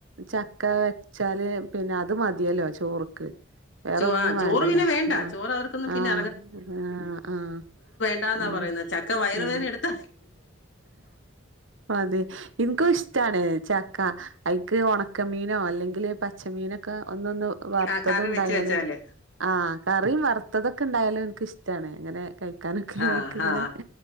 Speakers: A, on the right; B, on the left.
A: ചക്ക വെച്ചാല് പിന്ന അത് മതിയലൊ ചോറ്ക്ക് വേറൊന്നും
B: ചോ ആ ചോറ്
A: വേണ്ടലൊ
B: പിന്നെ വേണ്ട
A: ആഹ്
B: ചോറ് അവർക്കൊന്നും പിന്നെ
A: ആഹ് ആഹ് ആഹ്
B: ണ്ടാന്നാ
A: ആഹ്
B: പറയ്ന്നെ ചക്ക വയറുവേദന
A: ആഹ്
B: എട്ത്ത
A: അതെ ഇൻകും ഇഷ്ടാണ് ചക്ക അയ്ക്ക് ഒണക്കമീനോ അല്ലെങ്കില് പച്ചമീനൊക്കെ ഒന്നൊന്ന് വറുത്തതും
B: ആ കറി
A: ഉണ്ടായല്
B: വെച്ച് വെച്ചാല്
A: ആഹ് കറിയും വറുത്തതൊക്കെ ഉണ്ടായാലും എൻക്കിഷ്ടാണ് ങ്ങനെ കഴിക്ക കാനൊക്കെ
B: ആ
A: അയ്ക്ക്ങ്ങനെ
B: ആ